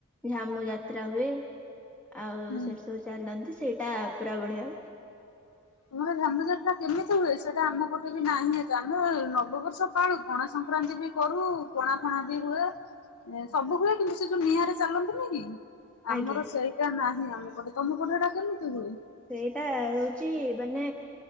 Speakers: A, in the centre; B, on the left (about 70°).
A: ଝାମୁ ଯାତ୍ରା ହୁଏ। ଆଉ
B: ହୁଁ
A: ସେଠି ସବୁ ଚାଲନ୍ତି ସେଇଟା ପୁରା ବଢିଆ।
B: ତମର ଝାମୁ ଯାତ୍ରା କେମିତି ହୁଏ? ସେଟା ଆମ ପଟେ ବି ନାହିଁ ଆମେ ନବବର୍ଷ ପାଳୁ ପଣା ସଂକ୍ରାନ୍ତି ବି କରୁ ପଣା ଫଣା ବି ହୁଏ। ଏ ସବୁବେଳେ କିନ୍ତୁ ସେ ଯୋଉ ନିଆଁରେ ଚାଲନ୍ତି ନା କି? ଆମର
A: ଆଜ୍ଞା
B: ସେଇଟା ନାହିଁ ଆମ ପଟେ ତମ ପଟେ ସେ ଟା କେମିତି ହୁଏ?
A: ସେଇଟା ହଉଛି ମାନେ